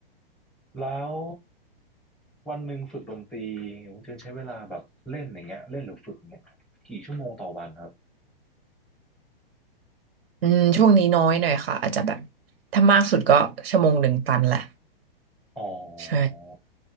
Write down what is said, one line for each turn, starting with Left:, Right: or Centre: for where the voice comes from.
Centre: แล้ววันหนึ่งฝึกดนตรีคุณเจนใช้เวลาแบบเล่นอย่างเงี้ยเล่นหรือฝึกอย่างเงี้ยกี่ชั่วโมงต่อวันครับ
Right: อืมช่วงนี้น้อยหน่อยค่ะอาจจะแบบถ้ามากสุดก็ชั่วโมงหนึ่งตันแหละ
Centre: อ๋อ
Right: ใช่